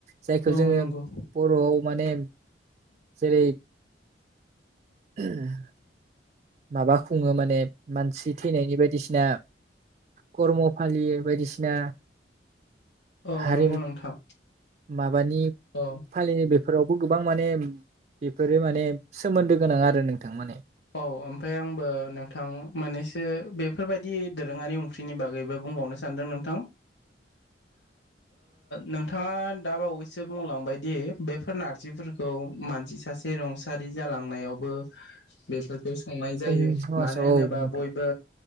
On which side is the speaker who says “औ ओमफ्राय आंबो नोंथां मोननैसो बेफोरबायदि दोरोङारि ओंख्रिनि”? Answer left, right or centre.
Left